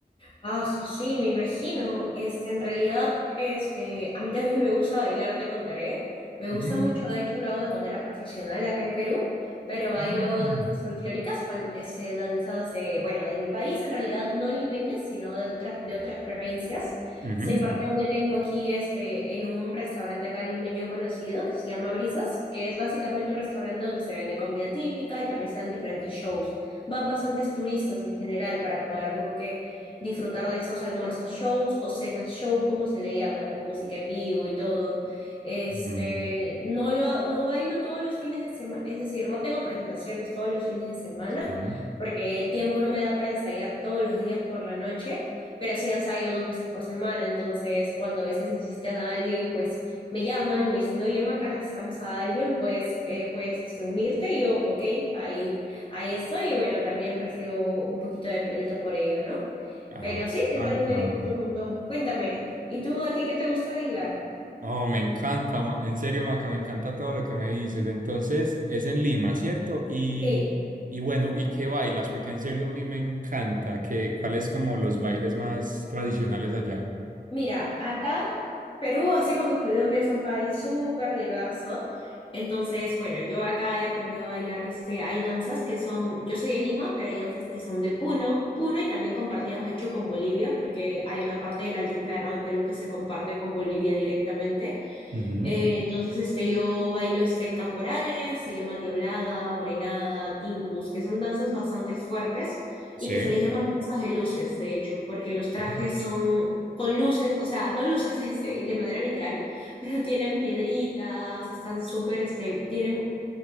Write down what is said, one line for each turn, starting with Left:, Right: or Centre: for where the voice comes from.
Left: Ah, su- sí, me imagino. Este, en realidad, este, a mí también <laughs> me gusta bailar, te contaré. Me
Right: Mm.
Left: gusta mucho, de hecho, lo hago de manera profesional acá en Perú, pero bailo
Right: Ah.
Left: danzas folclóricas, fal- este, danzas de, bueno, de mi país, en realidad no limeñas, sino de otras, de otras provincias.
Right: Ujú.
Left: Soy parte de un elenco aquí, este, en un restaurante acá limeño conocido que se llama Brisas, que es básicamente un restaurante donde se vende comida típica y también se dan diferentes shows. Van bastantes turistas en general para poder como que disfrutar de esos almuerzos shows o cenas show, como se le llama, ¿no? Con música en vivo y todo. Este,
Right: Mm,
Left: no lo, no bailo todos los fines de semana, es decir, no tengo presentaciones todos los fines de semana,
Right: sí.
Left: porque el tiempo no me da para ensayar todos los días por la noche, pero sí ensayo dos veces por semana, entonces cuando a veces necesitan a alguien, pues me llaman y me dicen, oye, Maca, necesitamos a alguien, pues eh, puedes este, unirte, y yo, ok, ahí, ahí estoy, y bueno, también recibo un poquito de platita por ello, ¿no?
Right: Ah,
Left: Pero
Right: me
Left: sí, es
Right: encanta.
Left: algo que disfruto un montón. Cuéntame, ¿y tú a ti qué te gusta bailar?
Right: Oh, me encanta. Ma- En serio, Maca, me encanta todo lo que me dices. Entonces, es en Lima, ¿cierto? Y,
Left: Sí,
Right: y bueno, ¿y qué bailas? Porque en serio a mí me encanta. Que, ¿cuáles como los bailes más tradicionales allá?
Left: mira, acá Perú, así como Colombia, es un país súper diverso. Entonces, bueno, yo acá he aprendido a bailar, este, hay danzas que son, yo soy de Lima, pero hay danzas que son de Puno, Puno y también compartidas, de hecho, con Bolivia, porque hay una parte del altiplano de Perú que se comparte con Bolivia directamente.
Right: Ujú.
Left: Eh, entonces, este, yo bailo este caporales, se llama diablada, morenada, tincus, que son danzas bastante fuertes
Right: Sí.
Left: y que se les llama danzas de luces, de hecho, porque los trajes
Right: Ujú.
Left: son con luces, o sea, no luces <laughs> este, de manera literal, pero tienen piedritas, están súper, este, tienen